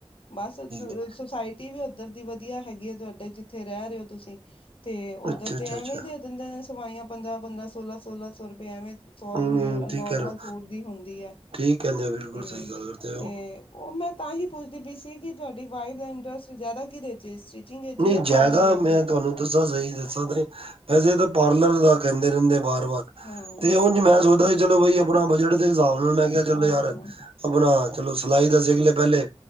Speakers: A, on the left (about 60°); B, on the right (about 60°).
A: ਬਸ
B: ਹੈ।
A: ਸੁਸਾਇਟੀ ਵੀ ਉੱਧਰ ਦੀ ਵਧੀਆ ਹੈਗੀ ਹੈ ਤੁਹਾਡੇ, ਜਿੱਥੇ ਰਹਿ ਰਹੇ ਹੋ ਤੁਸੀਂ, ਤੇ ਉੱਧਰ
B: ਅੱਛਾ, ਅੱਛਾ,
A: ਤੇ ਐਵੇਂ
B: ਅੱਛਾ
A: ਦੇ ਦਿੰਦੇ ਨੇ ਸਵਾਈਆਂ, ਪੰਦਰਾਂ-ਪੰਦਰਾਂ, ਸੋਲਾਂ-ਸੋਲਾਂ ਸੌ ਰੁਪਏ, ਐਵੇਂ ਸੌ
B: ਹੂੰ,
A: ਨ
B: ਠੀਕ
A: ਨੋਰਮਲ,
B: ਹੈ ਨਾ
A: ਸੂਟ ਦੀ ਹੁੰਦੀ ਹੈ।
B: ਠੀਕ ਕਹਿੰਦੇ, ਬਿਲਕੁਲ
A: ਤੇ
B: ਸਹੀ ਗੱਲ ਕਰਦੇ ਹੋ।
A: ਤੇ ਉਹ ਮੈਂ ਤਾਂ ਹੀ ਪੁੱਛਦੀ ਪਈ ਸੀ ਕਿ ਤੁਹਾਡੀ ਵਾਈਫ ਦਾ ਇੰਟਰਸਟ ਜ਼ਿਆਦਾ ਕਿਹਦੇ ਚ', ਸਟਿਚਿੰਗ ਵਿੱਚ
B: ਨਹੀਂ
A: ਜਾਂ ਪਾਰਲਰ
B: ਜ਼ਿਆਦਾ
A: ਵਿੱਚ
B: ਮੈਂ ਤੁਹਾਨੂੰ ਦੱਸਾਂ, ਸਹੀ ਦੱਸਾਂ ਤੇ ਵੈਸੇ ਤਾਂ ਪਾਰਲਰ ਦਾ ਕਹਿੰਦੇ ਰਹਿੰਦੇ ਬਾਰ ਵਾਰ।
A: ਹਾਂ
B: ਤੇ ਹੁਣ ਮੈਂ ਸੋਚਦਾ ਸੀ, ਚਲੋ ਬਈ ਆਪਣਾ ਬਜਟ ਦੇ ਹਿਸਾਬ ਨਾਲ, ਮੈਂ ਕਿਹਾ ਚੱਲੋ
A: ਹਾਂ
B: ਯਾਰ, ਆਪਣਾ ਚਲੋ ਸਿਲਾਈ ਦਾ ਸਿੱਖਲੇ ਪਹਿਲੇ,